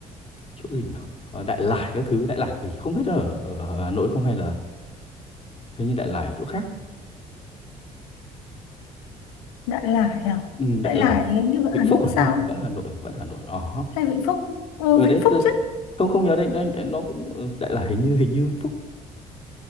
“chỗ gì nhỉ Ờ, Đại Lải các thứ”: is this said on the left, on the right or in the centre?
Left